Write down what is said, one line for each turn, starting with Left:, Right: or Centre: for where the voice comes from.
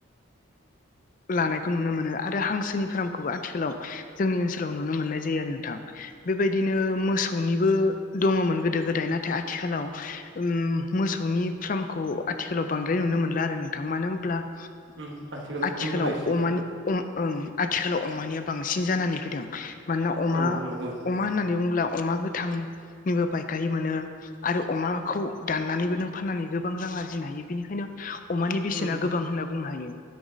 Left: लानायखौ नुनो मोनो आरो हांसोनि फार्मखौबो आथिखालाव जोंनि ओनसोलाव नुनो मोननाय जायो आरो नोंथां बेबायदिनो मोसौनिबो दङमोन गोदो गोदाय नाथाय आथिखालाव ओम मोसौनि फार्मखौ आथिखालाव बांद्राय नुनो मोनला आरो नोंथां मानो होमब्ला ओ
Right: उम
Left: आथिखालाव
Right: खम जाबाय एसे
Left: अमानि ओम ओं आथिखालाव अमानिया बांसिन जानानै फैदों मानोना अमा
Right: औ नंगौ
Left: अमा होननानै बुङोब्ला अमा गोथांनिबो फायखारि मोनो आरो अमाखौ दाननानैबो नों फाननानै गोबां रां आरजिनो हायो बेनिखायनो अमानि बेसेना
Right: उम
Left: गोबां होनना बुंनो हायो